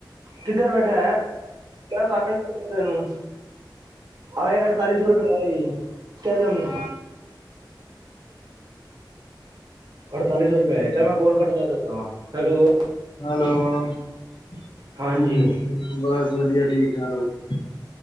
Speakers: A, on the right; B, on the left.
A: ਕਿੱਧਰ ਬੈਠਾ ਹੋਇਆ ਮੈਂ ਲਭਦਾ ਤੈਨੂੰ ਆਏ ਅੜਤਾਲੀ ਸੋ ਰੁਪਏ ਆਏ ਹੋਏ ਈ ਕਹਿ ਦੇ ਉਹਨੂੰ ਅੜਤਾਲੀ ਸੌ ਰੁਪਏ ਆਏ ਨੇ ਚੱਲ ਮੈਂ ਕੋਲ ਕੱਟਦਾ ਦਸਦਾ ਵਾਂ ਹੈਲੋ
B: ਹੈਲੋ ਹੂੰ
A: ਹਾਂਜੀ
B: ਬਸ ਵਧੀਆ ਠੀਕ-ਠਾਕ।